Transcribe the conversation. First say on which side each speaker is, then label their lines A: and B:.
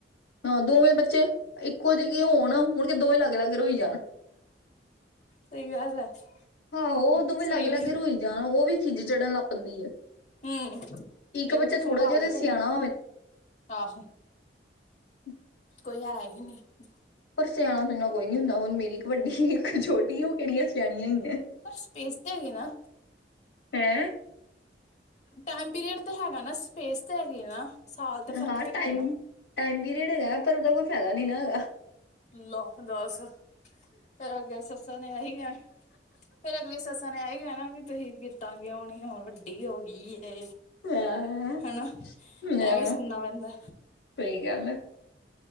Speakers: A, on the left; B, on the left.
A: ਹਾਂ ਦੋਵੇਂ ਬੱਚੇ ਇੱਕੋ ਜਿਹੇ ਹੋਣ ਮੁੜ ਕੇ ਦੋਵੇਂ ਅਲੱਗ-ਅਲੱਗ ਰੋਈ ਜਾਣ।
B: ਸਹੀ ਗੱਲ ਹੈ।
A: ਹਾਂੋ ਉਹ
B: ਬਿਲਕੁਲ
A: ਉਦੋਂ ਵੀ ਅਲੱਗ-ਅਲੱਗ
B: ਸਹੀ
A: ਰੋਈ ਜਾਣ ਉਹ ਵੀ ਖਿਜ ਚੜਨ ਲੱਗ ਪੈਂਦੀ ਹੈ।
B: ਹਮ,
A: ਇੱਕ
B: ਇਹ
A: ਬੱਚਾ
B: ਕਿ ਤੇ
A: ਥੋੜਾ
B: ਸੰਭਾਲ
A: ਜਿਹਾ ਤੇ
B: ਲਵੇ
A: ਸਿਆਣਾ
B: ਮੈ, ਆਹੋ।
A: ਹਮ
B: ਕੋਈ ਹੈ ਹੀ ਨਹੀਂ।
A: ਪਰ ਸਿਆਣਾ ਸੁਆਣਾ ਕੋਈ ਨੀ ਹੁੰਦਾ ਹੁਣ ਮੇਰੀ ਇੱਕ ਵੱਡੀ ਛੋਟੀ ਉਹ ਕਿਹੜੀਆਂ ਸਿਆਣੀਆਂ ਹੈਗੀਆ।
B: ਪਰ ਸਪੇਸ ਤੇ ਹੈਗੀ ਨਾ।
A: ਹੈਂ।
B: ਟਾਈਮ ਪੀਰੀਅਡ ਤੇ ਹੈਗਾ ਨਾ, ਸਪੇਸ ਤੇ ਹੈਗੀ ਨਾ। ਸਾਲ ਤੇ ਫ਼ਰਕ
A: ਹਾਂ,
B: ਤੇ ਹੈਗੇ
A: ਟਾਈਮ,
B: ਨਾ
A: ਟਾਈਮ ਪੀਰੀਅਡ ਹੈਗਾ ਪਰ ਉਹਦਾ ਕੋਈ ਫਾਇਦਾ ਨਹੀਂ ਨਾ, ਹੈਗਾ।
B: ਲੌ, ਦੱਸ ਫਿਰ ਅੱਗੇ ਸੱਸਾਂ ਨੇ ਏ ਹੀ ਕਹਿਣਾ। ਫਿਰ ਅਗਲੀ ਸੱਸਾਂ ਨੇ ਇਹੀ ਕਹਿਣਾ ਕਿ, ਤੁਹੀ ਕੀਤਾ ਕਿਉਂ ਨਹੀਂ, ਹੁਣ ਵੱਡੀ ਹੋ ਗਈ ਹੈ।
A: ਹਾਂ
B: ਹਨਾ,
A: ਹਾਂ
B: ਐ ਵੀ ਸੁਣਨਾ ਪੈਂਦਾ।
A: ਸਹੀ ਗੱਲ ਐ।